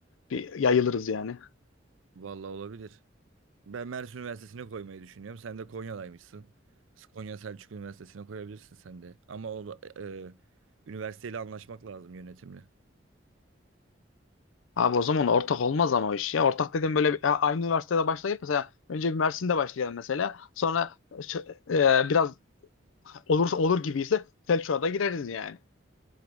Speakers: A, on the left; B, on the right.
A: Bir yayılırız yani.
B: Vallahi olabilir. Ben Mersin Üniversitesi'ne koymayı düşünüyorum. Sen de Konya'daymışsın. Konya Selçuk Üniversitesi'ne koyabilirsin sen de. Ama o da- e, üniversiteyle anlaşmak lazım yönetimle.
A: Abi o zaman ortak olmaz ama o iş ya. Ortak dedim böyle bir- ya aynı üniversitede başlayıp mesela önce bir Mersin'de başlayalım mesela. Sonra ç- e, biraz olursa olur gibiyse Selçuk'a da gireriz yani.